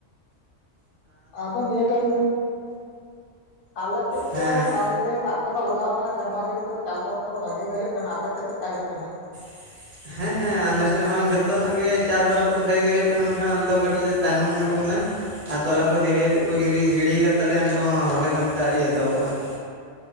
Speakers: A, on the left (about 50°); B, on the right (about 45°).
A: ᱟᱫᱚ ᱱᱤᱭᱟᱹ ᱴᱟᱭᱤᱢ, ᱟᱞᱮ ᱥᱮᱫ
B: ᱦᱮᱸ
A: ᱫᱚ ᱯᱨᱟᱭ ᱜᱮ ᱫᱟᱜᱼᱼ ᱫᱟᱜ ᱠᱚᱫᱚ ᱞᱟᱜᱟᱣ ᱠᱟᱱᱟ ᱥᱮᱨᱢᱟ ᱡᱟᱹᱲᱤ ᱠᱚᱫᱚ ᱪᱟᱥᱵᱟᱥ ᱠᱚᱫᱚ ᱵᱷᱟᱜᱤ ᱜᱮ ᱦᱩᱭᱩᱜ ᱠᱟᱱᱟ ᱾ ᱟᱯᱮ ᱥᱮᱫ ᱪᱮᱫ ᱞᱮᱠᱟ ᱦᱩᱭᱩᱜ ᱠᱟᱱᱟ?
B: <inaudible> ᱦᱮᱸ ᱦᱮᱸ ᱟᱞᱮ ᱥᱮᱫ ᱦᱚᱸ ᱡᱷᱚᱛᱚ ᱱᱟᱜ ᱜᱮ ᱪᱟᱥᱵᱟᱥ ᱠᱚᱫᱚ ᱵᱷᱟᱜᱮ ᱜᱮ ᱦᱩᱭᱩᱜ ᱠᱟᱱᱟ, ᱢᱮᱱᱠᱷᱟᱱ ᱟᱞᱮ ᱫᱚ ᱠᱟᱹᱴᱤᱡ ᱛᱟᱭᱱᱚᱢ ᱧᱚᱜ ᱟᱠᱟᱱᱟ ᱾ ᱟᱨ ᱛᱚᱞᱟ ᱠᱚ ᱫᱮᱨᱤ ᱟᱛᱮᱫ ᱠᱚ ᱜᱤᱰᱤ, ᱜᱤᱰᱤ ᱟᱠᱟᱫ ᱛᱟᱞᱮᱭᱟ ᱱᱤᱛᱚᱜ ᱦᱚᱸ ᱨᱚᱦᱚᱭ ᱠᱟᱹᱢᱤ ᱫᱚ ᱟᱹᱨᱤ ᱮᱛᱚᱦᱚᱵᱚᱜ-ᱟ ᱾